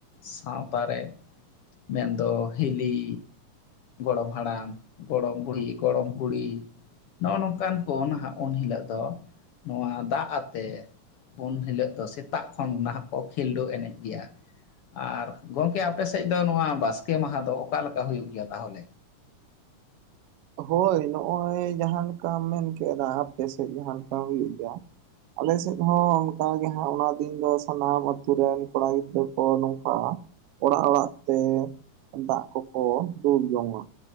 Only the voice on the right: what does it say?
ᱦᱳᱭ ᱱᱚᱜᱼᱚᱭ ᱡᱟᱦᱟᱸ ᱞᱮᱠᱟᱢ ᱢᱮᱱ ᱠᱮᱜ ᱮᱫᱟ ᱟᱯᱮ ᱥᱮᱫ ᱡᱟᱦᱟᱸ ᱞᱮᱠᱟ ᱦᱩᱭᱩᱜ ᱜᱮᱭᱟ, ᱟᱞᱮ ᱥᱮᱫ ᱦᱚᱸ ᱚᱱᱠᱟ ᱜᱮ ᱦᱟᱸᱜ ᱚᱱᱟ ᱫᱤᱱ ᱫᱚ ᱥᱟᱱᱟᱢ ᱟᱹᱛᱩ ᱨᱮᱱ ᱠᱚᱲᱟ ᱜᱤᱫᱽᱨᱟᱹ ᱠᱚ ᱱᱚᱝᱠᱟ ᱚᱲᱟᱜ ᱚᱲᱟᱜ ᱛᱮ ᱫᱟᱜ ᱠᱚᱠᱚ ᱫᱩᱞ ᱡᱚᱝᱟ᱾